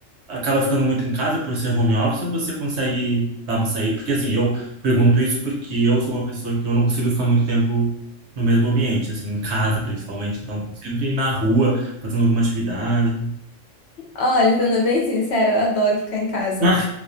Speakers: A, on the right; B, on the left.
A: acaba ficando muito em casa por ser home office ou você consegue dar uma saída? Porque assim, eu pergunto isso porque eu sou uma pessoa que eu não consigo ficar muito tempo no mesmo ambiente, assim, em casa principalmente. Então, tô sempre na rua, fazendo alguma atividade.
B: Olha, sendo bem sincera, eu adoro ficar em casa.
A: Ah,